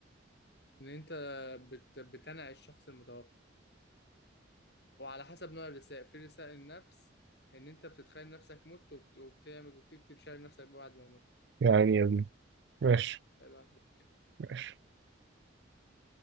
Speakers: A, on the left (about 55°); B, on the right (about 60°).
A: ان انت بت... بتنعي الشخص المتوفى وعلى حسب نوع الرسائل في رسائل النفس ان انت بتتخيل نفسك مت وبت... وبتعمل وبتكتب شعر نفسك بعد ما مت
B: يعني يا ابني ماشي
A: بعد-
B: ماشي